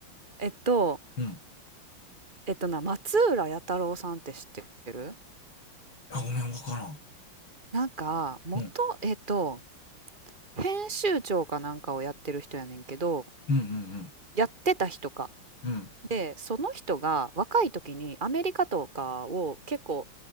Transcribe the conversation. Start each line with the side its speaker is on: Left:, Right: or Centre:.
Right: えっと、
Left: うん
Right: えっとな、松浦弥太郎さんって知ってる
Left: あ、ごめん、わからん。
Right: なんか、元、
Left: うん。
Right: えっと、編集長かなんかをやってる人やねんけど、
Left: うん、うん、うん。
Right: やってた人か。
Left: うん、
Right: で、その人が若い時にアメリカとかを結構